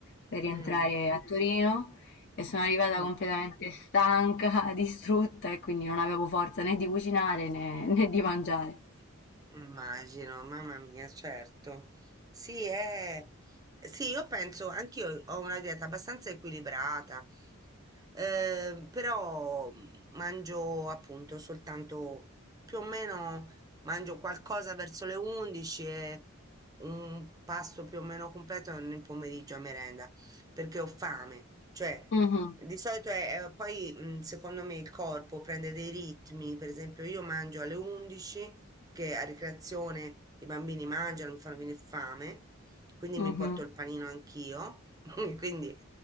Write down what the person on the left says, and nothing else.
per rientrare
a Torino e sono arrivata
completamente stanca, <laughs> distrutta e quindi non avevo forza né di cucinare né, né di mangiare.
Mhm,
mhm,